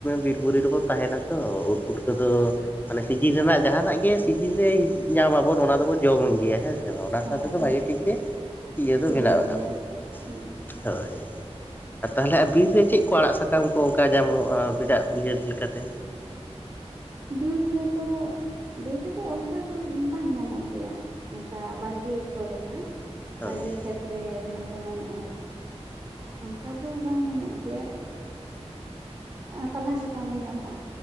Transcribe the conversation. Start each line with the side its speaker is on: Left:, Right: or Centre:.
Left: ᱵᱤᱨ ᱵᱩᱨᱩ ᱨᱮᱵᱚᱱ ᱛᱟᱦᱮᱱᱟ ᱛᱚ ᱯᱩᱴᱠᱟᱹ ᱫᱚ ᱢᱟᱱᱮ ᱥᱤᱡᱤᱱ ᱨᱮᱱᱟᱜ ᱡᱟᱦᱟᱱᱟᱜ ᱜᱮ ᱥᱤᱡᱤᱱ ᱨᱮ ᱧᱟᱢ ᱟᱵᱚᱱ ᱚᱱᱟ ᱫᱚᱵᱚᱱ ᱡᱚᱢ ᱜᱮᱭᱟ ᱦᱮᱸ ᱥᱮ ᱚᱱᱟ
Right: ᱦᱳᱭ
Left: ᱥᱟᱶ ᱛᱮ ᱫᱚ ᱵᱷᱟᱜᱮ ᱴᱷᱤᱠ ᱜᱮ ᱤᱭᱟᱹ ᱫᱚ
Right: ᱥᱤᱵᱤᱞ
Left: ᱵᱮᱱᱟᱣ ᱟᱠᱟᱱᱟ
Right: ᱜᱮᱭᱟ ᱦᱩᱸ
Left: ᱦᱳᱭ ᱟᱨ ᱛᱟᱦᱚᱞᱮ ᱟᱨ ᱵᱤᱨ ᱨᱮ ᱪᱮᱫ ᱠᱚ ᱟᱲᱟᱜ ᱥᱟᱠᱟᱢ ᱠᱚ ᱚᱱᱠᱟ ᱧᱟᱢᱚᱜᱼᱟ <unintelligible> ᱩᱭᱦᱟᱹᱨ ᱞᱮᱠᱟᱛᱮ
Right: ᱵᱤᱨ ᱨᱮᱫᱚ ᱵᱤᱨ ᱨᱮᱫᱚ ᱚᱱᱠᱟ ᱫᱚ ᱵᱟᱝ ᱧᱟᱢᱚᱜ ᱜᱮᱭᱟ ᱱᱚᱝᱠᱟ ᱵᱟᱲᱜᱮ ᱠᱚ ᱞᱮᱠᱟ
Left: ᱦᱳᱭ
Right: <unintelligible> <inaudible> ᱠᱷᱮᱛ ᱨᱮ ᱡᱟᱦᱟᱸ ᱞᱮᱠᱟ ᱧᱟᱢᱚᱜᱼᱟ ᱚᱱᱠᱟ ᱫᱚ ᱵᱟᱝ ᱧᱟᱢᱚᱜ ᱜᱮᱭᱟ ᱯᱟᱞᱦᱟ ᱥᱟᱠᱟᱢ ᱜᱮ ᱧᱟᱢᱚᱜᱼᱟ